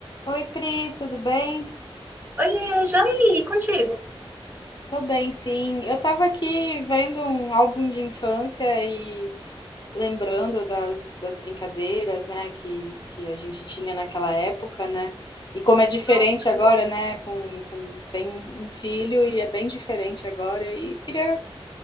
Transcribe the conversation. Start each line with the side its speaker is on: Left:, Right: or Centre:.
Left: Oi, Pri, tudo bem?
Right: Oiê, Jair, contigo?
Left: Tô bem, sim. Eu tava aqui vendo um álbum de infância e lembrando das, das brincadeiras, né, que, que a gente tinha naquela época, né? E como é diferente
Right: Nossa,
Left: agora, né? Com, com, tem um um filho e é bem diferente agora. E queria